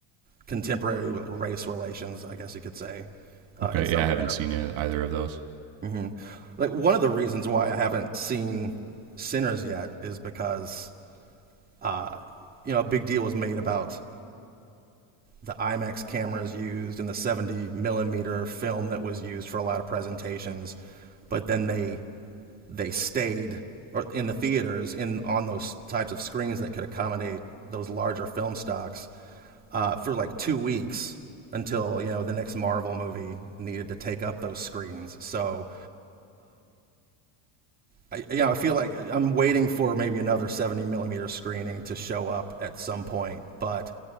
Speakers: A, on the right (about 20°); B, on the right (about 65°).
A: contemporary race relations, I guess you could say, uh,
B: Okay,
A: in some
B: yeah, I haven't
A: way or another.
B: seen either of those.
A: hmm Like one of the reasons why I haven't seen Sinners yet is because uh, you know a big deal was made about the IMAX cameras used and the 70 millimeter film that was used for a lot of presentations, but then they they stayed or in the theaters in on those types of screens that could accommodate those larger film stocks uh, for like two weeks until you know the next Marvel movie needed to take up those screens. So I, you know, I feel like uh, I'm waiting for maybe another 70 millimeter screening to show up at some point. But